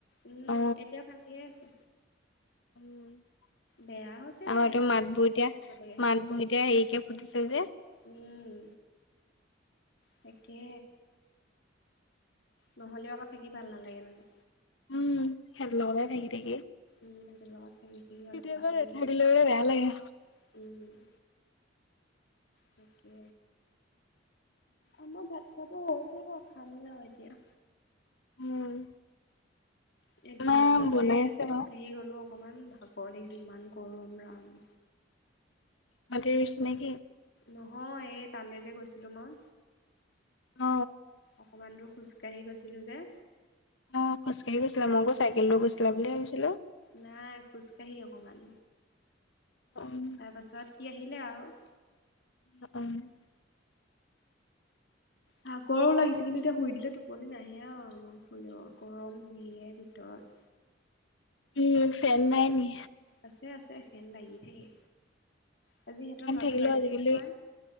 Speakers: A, on the left (about 65°); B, on the left (about 75°).
A: উম,
B: অ
A: এতিয়াও কান্দিয়ে আছে।
B: উম।
A: বেয়া হৈছে তাই
B: আমাৰ তো মাতবোৰ
A: কৰিব
B: এতিয়া,
A: লাগে
B: মাতবোৰ এতিয়া হেৰিকে ফুটিছে যে।
A: উম, তাকে। নহলেও আকৌ থাকি ভাল নালাগে নহয়।
B: উম, সিহঁতৰ লগতে থাকি থাকি।
A: উম, সিহঁতৰ লগত খেলি খেলি
B: কেতিয়াবা
A: অভ্যাস
B: নাথাকিলেও
A: হৈ গৈছে,
B: মানে বেয়া লাগে।
A: উম। তাকে। আমাৰ ভাত খাব হৈছে বাৰু খামে আৰু এতিয়া।
B: উম
A: এ দিনতোহে
B: মা বনাই আছে
A: খোজকাাঢ়ি
B: বাৰু
A: গ'লো অকমান ভাগৰ লাগিছে, ইমান গৰম ৰাম!
B: মাটি ৰুইছেনে কি?
A: নহয় এই তালৈ যে গৈছিলো মই,
B: অ
A: অকমান দূৰ খোজ কাঢ়ি গৈছিলো যে।
B: অ', খোজকাঢ়ি গৈছিলা মই আকৌ চাইকেল লৈ গৈছিলা বুলি হে ভাবিছিলো।
A: নাই খোজকাঢ়ি অকমান।
B: উম।
A: তাৰ পাছত সি আহিলে আৰু।
B: অ'।
A: ভাগৰো লাগিছে কিন্তু এতিয়া শুই দিলে টোপলি নাহে আৰু ইমান শুলেও গৰম যিহে ভিতৰত।
B: উম, ফেন নাই নি?
A: আছে আছে ফেন লাগি থাকে, আজি সিহঁতৰ
B: ফেন
A: ল'ৰাটো
B: থাকিলেও
A: বাৰ্থডে
B: আজিকালি
A: নহয়।